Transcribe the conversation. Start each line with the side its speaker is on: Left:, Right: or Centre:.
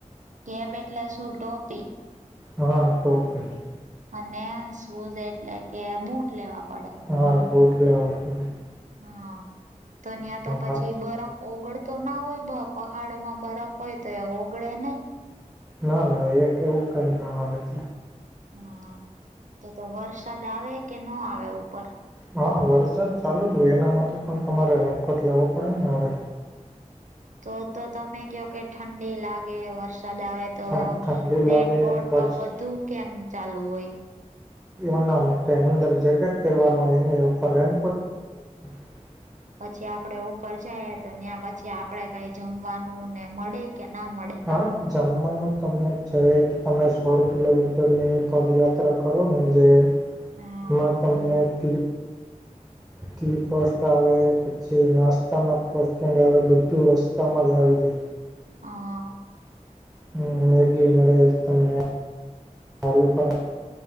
Right: કેપ એટલે શું ટોપી
Centre: હા ટોપી
Right: અને શૂઝ એટલે કે બુટ લેવા પડે
Centre: હા બૂટ લેવા આપડે
Right: હા તો ન્યાં તો પછી
Centre: હા
Right: બરફ ઓગળ તો ના હોય બ પહાડમાં બરફ હોય તો એ ઓગળે નહી
Centre: ના ના એક એવું કઈ ના આવે ત
Right: હા તો તો વરસાદ આવે કે ન આવે ઉપર
Centre: હા વરસાદ ચાલુ જ હોય એના માટે પણ તમારે રેનકોટ લેવો પડે ને અરે
Right: તો તો તમે કયો કે ઠંડી લાગે વરસાદ આવે તો
Centre: ઠંડી
Right: રેનકોટ
Centre: લાગે વરસાદ
Right: તો બધું કેમ ચાલુ હોય
Centre: એના માટે અંદર જેકેટ પહેરવાનું એની ઉપર એમ
Right: હમ્મ
Centre: <inaudible>
Right: પછી આપડે ઉપર જઈ તો ત્યાં પછી આપડે કઈ જમવાનુંને મળે કે ના મળે
Centre: હા જમવાનું તમને છે કે તમે સોળ કિલોમીટરની પદયાત્રા કરો ને જેમાં
Right: હા
Centre: તમને ત ટી પોસ્ટ આવે જે નાસ્તાના પોસ્ટિંગ બધું રસ્તામાં જ આવી દ
Right: હા
Centre: હ મેગી મળે તમને ચાલુ કર